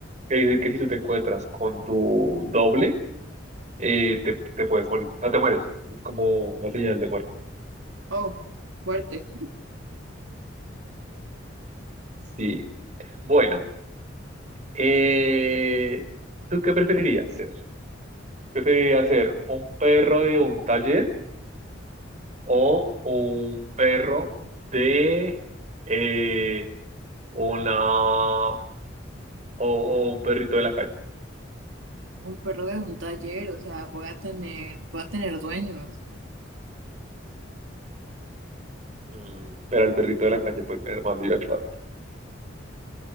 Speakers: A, on the right; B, on the right.
A: que dice que si tú te encuentras con tu doble, eh, te, te puedes morir, no te mueres, es como una señal de muerte.
B: Oh, fuerte.
A: Sí. Bueno, eh, ¿tú qué preferirías ser? ¿Preferirías ser un perro de un taller o un perro de eh, una o, o un perrito de la calle?
B: Un perro de un taller, o sea, voy a tener, voy a tener dueños.
A: Mm, pero el perrito de la calle puede tener más libertad.